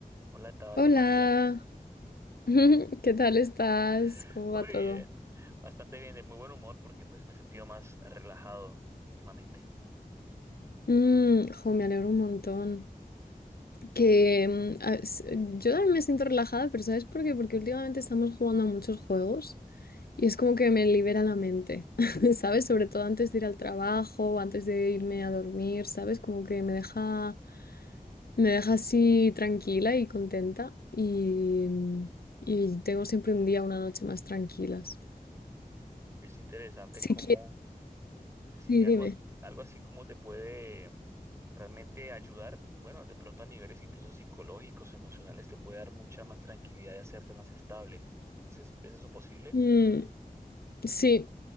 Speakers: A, on the right (about 20°); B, on the left (about 85°).
A: Hola Tabata
B: Hola,
A: María.
B: <laughs> ¿qué tal estás?
A: <laughs>
B: ¿Cómo
A: Muy
B: va todo?
A: bien, bastante bien, de muy buen humor porque pues me he sentido más relajado últimamente.
B: Mm, jo, me alegro un montón. Que mm, a- s- yo también me siento relajada, pero ¿sabes por qué? Porque últimamente estamos jugando a muchos juegos y es como que me libera la mente, <laughs> ¿sabes? Sobre todo antes de ir al trabajo, o antes de irme a dormir, ¿sabes? Como que me deja, me deja así tranquila y contenta y, mm, y tengo siempre un día, una noche más tranquilas.
A: Es interesante
B: Si
A: cómo,
B: quieres,
A: si
B: sí,
A: algo,
B: dime.
A: algo así como te puede realmente ayudar, bueno, de pronto a niveles incluso psicológicos, emocionales, te puede dar mucha más tranquilidad y hacerte más estable. ¿Es, es es eso posible?
B: Mm, sí.